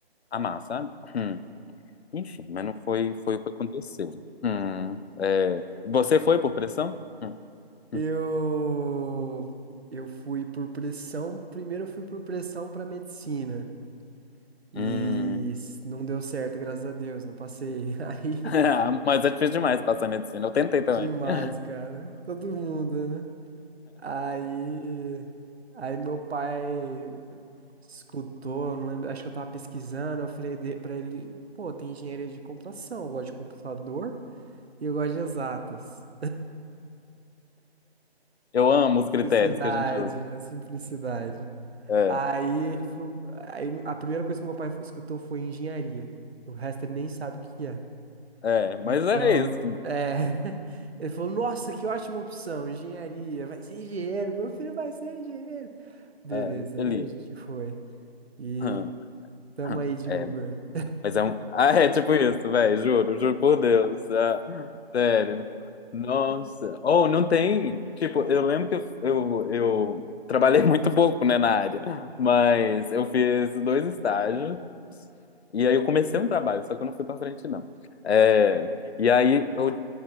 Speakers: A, on the left; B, on the right.
A: amar, sabe? Hum. Enfim, mas não foi, foi o que aconteceu. Hum. É, você foi por pressão?
B: Eu
A: Hum.
B: eu fui por pressão, primeiro eu fui por pressão pra medicina e
A: Hum.
B: s-
A: <laughs>
B: não deu certo, graças a Deus, não passei. <laughs> Aí
A: Ah, Mas é difícil demais passar medicina. Eu tentei
B: demais,
A: também. <laughs>
B: cara. Todo mundo, né? Aí aí meu pai escutou, eu não lembro, acho que eu tava pesquisando, eu falei de- pra ele, pô, tem engenharia de computação, eu gosto de computador e eu gosto de exatas.
A: Eu amo os critérios
B: Simplicidade,
A: que a gente usa.
B: a simplicidade.
A: É,
B: Aí ele falou, aí a primeira coisa que meu pai escutou foi engenharia. O resto ele nem sabe o que que é.
A: é, mas
B: Então,
A: é isso.
B: é. <laughs> Ele falou, nossa, que ótima opção, engenharia, vai ser engenheiro, meu filho vai ser engenheiro. Beleza,
A: É, feliz.
B: aí a gente foi. E
A: Hum.
B: tamo
A: Hum.
B: aí de
A: É,
B: Uber.
A: Mas é um. <laughs> Ah, é tipo isso, velho, juro, juro por Deus. ah, sério. Nossa. Ou não tem. Tipo, eu lembro que eu, eu, eu trabalhei <laughs> muito pouco, né, na área, mas eu fiz dois estágios e aí eu comecei um trabalho, só que eu não fui pra frente, não. É, e aí eu